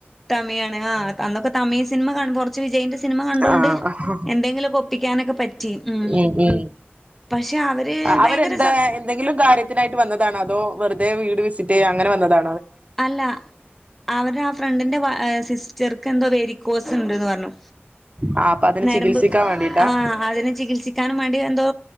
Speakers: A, in the centre; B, on the right.
A: തമിഴാണ് അന്നൊ തമിഴ് സിനിമ കാണുമ്പ കൊറ്ച്ച് വിജയിന്റെ സിനിമ കണ്ടോണ്ട്
B: ആഹ്
A: എന്തെങ്കിലൊക്കെപ്പിക്കാനൊക്കെ പറ്റി ഉം
B: എടീ
A: പക്ഷെ അവര്
B: അവരെന്താ
A: ഭയങ്കര സ
B: എന്തെങ്കിലും കാര്യത്തിനായിട്ട് വന്നതാണോ അതോ വെ വെറ്തെ വീട് വിസിറ്റെയ്യ് അങ്ങനെ വന്നതാ
A: അല്ല അവര് ആ ഫ്രണ്ടിന്റെ വയ എ സിസ്റ്റർക്ക് എന്തോ വെരിക്കോസ് ഉണ്ട്ന്ന് പറഞ്ഞു
B: ആ അപ്പൊ അതിന്
A: ഞരമ്പ്
B: ചികിത്സിക്കാൻ വേണ്ടിട്ടാ
A: ആ അതിനെ ചികിത്സിക്കാനും വേ എന്തോ